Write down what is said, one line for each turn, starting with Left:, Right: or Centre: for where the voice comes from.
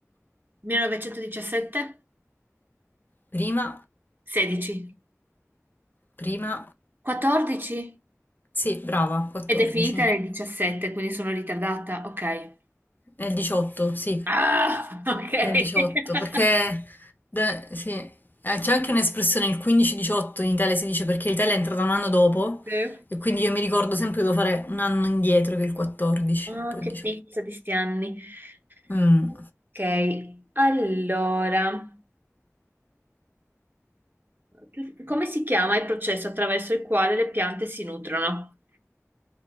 Right: 1917?
Left: Prima,
Right: 16.
Left: prima,
Right: 14?
Left: sì, brava, 14.
Right: Ed è finita nel 17, quindi sono ritardata. Ok.
Left: Nel 18, sì,
Right: Ah, ok. <laughs>
Left: nel 18, perché da- sì, eh, c'è anche un'espressione, il 15-18 in Italia si dice perché l'Italia è entrata un anno dopo.
Right: Sì.
Left: E quindi io mi ricordo sempre che devo fare un anno indietro che è il 14,
Right: Ah,
Left: poi
Right: che
Left: il 18.
Right: pizza di sti anni.
Left: Mm,
Right: Ok, allora, tu- come si chiama il processo attraverso il quale le piante si nutrono?